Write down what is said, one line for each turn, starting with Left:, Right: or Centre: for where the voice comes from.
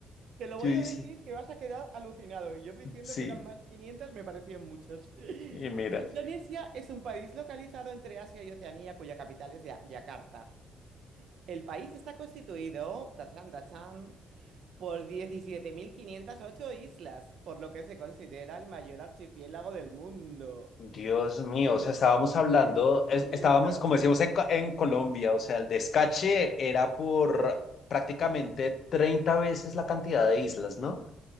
Right: Te lo voy
Left: Yo dije,
Right: a decir que vas a quedar alucinado. Y yo diciendo
Left: sí,
Right: que eran más de 500 me parecían muchas. <laughs>
Left: y mira.
Right: Indonesia es un país localizado entre Asia y Oceanía, cuya capital es Ya- Yakarta. El país está constituido, tachán, tachán. por 17.508 islas, por lo que se considera el mayor archipiélago del mundo.
Left: Dios mío, o sea, estábamos hablando,
Right: 17.500.
Left: es- estábamos, como decíamos en, Co- en Colombia, o sea, el descache era por
Right: ¡Uf!
Left: prácticamente 30 veces la cantidad de islas, ¿no?